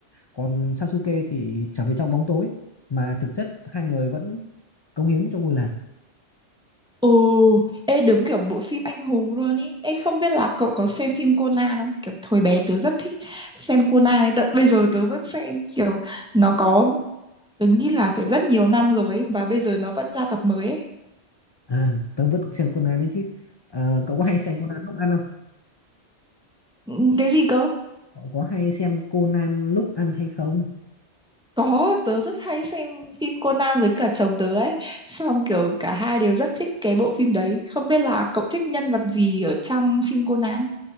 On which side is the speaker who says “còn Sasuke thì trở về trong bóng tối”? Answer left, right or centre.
Left